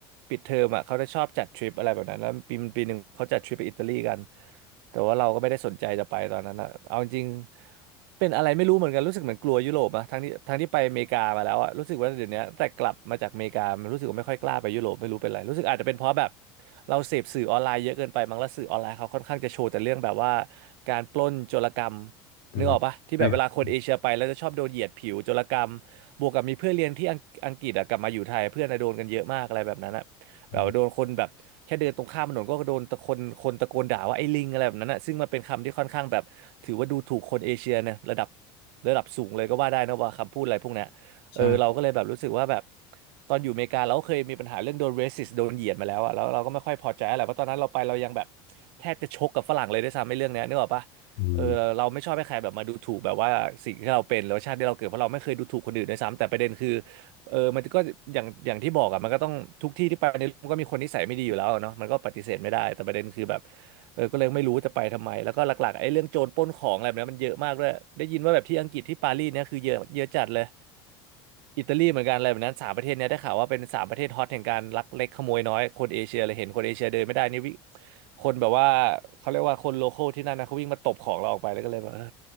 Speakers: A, on the right; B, on the left.
A: ปิดเทอมอ่ะเขาจะชอบจัดทริปอะไรแบบนั้นแล้วปีปีหนึ่งเขาจัดทริปไปอิตาลีกันแต่ว่าเราก็ไม่ได้สนใจจะไปตอนนั้นอ่ะเอาจริง เป็นอะไรไม่รู้เหมือนกันรู้สึกเหมือนกลัวยุโรปอะทั้งที่ทั้งที่ไปอเมริกามาแล้วอะรู้สึกว่าเดี๋ยวนี้แต่กลับมาจากอเมริกามันรู้สึกว่าไม่ค่อยกล้าไปยุโรปไม่รู้เป็นไรรู้สึกอาจจะเป็นเพราะแบบเราเสพสื่อออนไลน์เยอะเกินไปมั้งแล้วสื่อออนไลน์เขาค่อนข้างจะโชว์แต่เรื่องแบบว่าการปล้นโจรกรรม
B: อืมใช่ครับ
A: นึกออกปะที่แบบเวลาคนเอเชียไปแล้วจะชอบโดนเหยียดผิวโจรกรรมบวกกับมีเพื่อนเรียนที่อังอังกฤษอะกลับมาอยู่ไทยเพื่อนอะโดนกันเยอะมากอะไรแบบนั้นอะ
B: อืม
A: แบบว่าโดนคนแบบแค่เดินตรงข้ามถนนก็โดนตะคนคนตะโกนด่าว่าไอ้ลิงอะไรแบบนั้นอ่ะซึ่งมันเป็นคำที่ค่อนข้างแบบถือว่าดูถูกคนเอเชียนะระดับระดับสูงเลยก็ว่าได้นะว่าคำพูดอะไรพวกเนี้ยเออเราก็เลยแบบรู้สึกว่าแบบ
B: ใช่
A: ตอนอยู่อเมริกาเราก็เคยมีปัญหาเรื่องโดนเรสิสโดนเหยียดมาแล้วอ่ะแล้วเราก็ไม่ค่อยพอใจอะไรเพราะตอนนั้นเราไปเรายังแบบแทบจะชกกับฝรั่งเลยด้วยซ้ำในเรื่องเนี้ยนึกออกปะ
B: อืม
A: เออเราไม่ชอบให้ใครแบบมาดูถูกแบบว่าสิ่งที่เราเป็นหรือว่าชาติที่เราเกิดเพราะเราไม่เคยดูถูกคนอื่นด้วยซ้ำแต่ประเด็นคือ เออมันก็อย่างอย่างที่บอกอะมันก็ต้องทุกที่ที่ไปในโลกมันก็มีคนนิสัยไม่ดีอยู่แล้วอะเนาะมันก็ปฏิเสธไม่ได้แต่ประเด็นคือแบบเออก็เลยไม่รู้จะไปทำไมแล้วก็หลักๆไอ้เรื่องโจรปล้นของอะไรแบบนั้นมันเยอะมากด้วยได้ยินว่าแบบที่อังกฤษที่ปารีสเนี่ยคือเยอะเยอะจัดเลยอิตาลีเหมือนกันอะไรแบบนั้นสามประเทศเนี่ยได้ข่าวว่าเป็นสามประเทศฮอตแห่งการลักเล็กขโมยน้อยคนเอเชียเลยเห็นคนเอเชียเดินไม่ได้นี่วิคนแบบว่าเขาเรียกว่าคนโลคอลที่นั่นนะเขาวิ่งมาตบของเราออกไปแล้วก็เลยแบบเออ